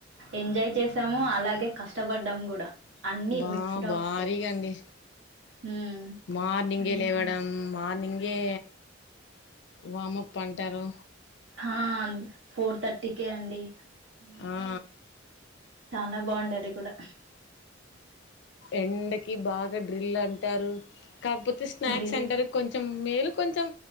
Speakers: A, on the right; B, on the left.
A: ఎంజాయ్ చేసాము అలాగే కష్టపడ్డాము కూడా అన్ని
B: బా
A: మిక్స్డ్ ఆఫ్
B: భారీగా అండి
A: హ్మ్
B: మార్నింగే
A: అన్ని
B: లేవ్వడం
A: ఉండే
B: మార్నింగ్ గే వార్మప్ అంటారు
A: ఆ ఫోర్ థర్టీకే అండి అమ్మో
B: ఆ
A: చాలా బాగుండే అది కూడా
B: ఎండకి బాగా డ్రిల్ అంటారు కాకపోతే స్నాక్స్
A: డ్రిల్
B: సెంటర్ కొంచెం మేల్ కొంచెం